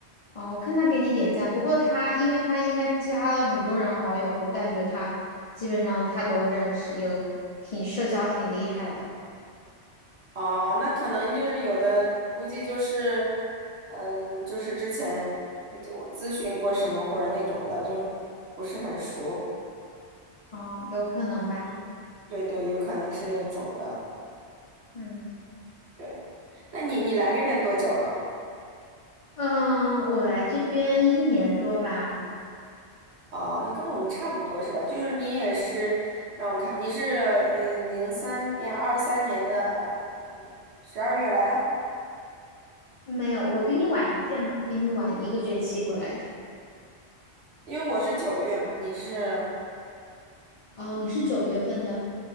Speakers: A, on the left; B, on the right.
A: 啊，我看他给你点赞，不过他因为他应该加了很多人好友，我感觉他基本上他都认识，有挺社交挺厉害的，
B: 哦，那可能就是有的，估计就是，嗯，就是之前就我咨询过什么或者那种的，就不是很熟。
A: 哦，有可能吧，
B: 嗯，对对，有可能是那种的。
A: 嗯
B: 对，那你你来这边多久了？
A: 嗯，我来这边一年多吧，
B: 哦，那跟我们差不多是吧？就是你也是，让我看，你是嗯零三年二三年的嗯十二月来的。
A: 没有，我比你晚一届嘛，比你晚一个学期过来的，
B: 因为我是九月嘛，你是
A: 哦，你是九月份的，